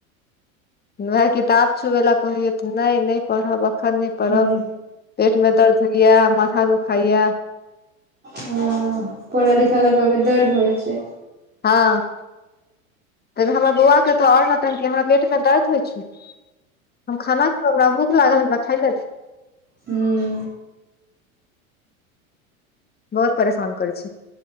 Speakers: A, on the left; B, on the right.
A: वहए किताब छुबै लऽ कहिय त नइ नइ। पढ़ब अखन नहि पढ़ब
B: हँ
A: पेटमे दर्द होइए माथा दुखाए।
B: हैं, पढ़ा लिखा लए कहबै दर्द होइ छै।
A: हँ। त हमरा बौआके त ओर नौटंकी हमरा पेटमें दर्द होइ छै। हम खाना खैबे हमरा भूख लागल हमरा खाय ले दे।
B: हूँ।
A: बहुत परेशान करे छै।